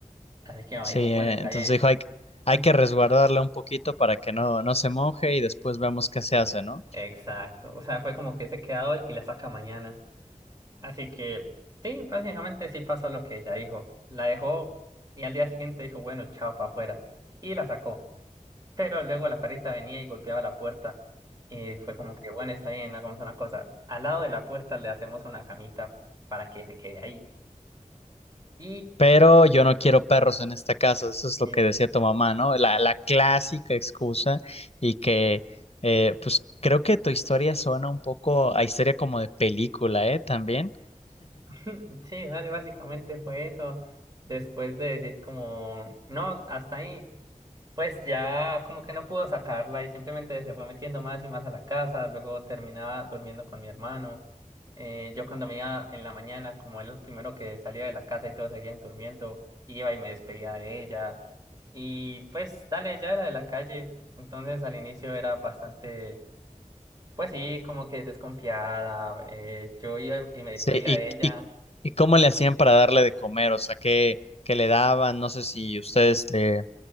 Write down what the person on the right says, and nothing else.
Así que mi mamá
dijo,
bueno, está
bien.
Ujú.
Exacto, o sea, fue como que se queda hoy y la saca mañana. Así que sí, prácticamente sí pasó lo que ella dijo. La dejó y al día siguiente dijo, bueno, chao para afuera. Y la sacó. Pero luego la perrita venía y golpeaba la puerta. Y fue como que, bueno, está bien, hagamos una cosa. Al lado de la puerta le hacemos una camita para que se quede ahí. Y
eh,
<laughs> sí, dale, básicamente fue eso. Después de decir como, no, hasta ahí. pues ya como que no pudo sacarla y simplemente se fue metiendo más y más a la casa, luego terminaba durmiendo con mi hermano. Eh, yo cuando me iba en la mañana, como era el primero que salía de la casa y todos seguían durmiendo, iba y me despedía de ella. Y pues dale, ya era de la calle, entonces al inicio era bastante, pues sí, como que desconfiada. eh, yo iba y me despedía
de ella.
Ajá.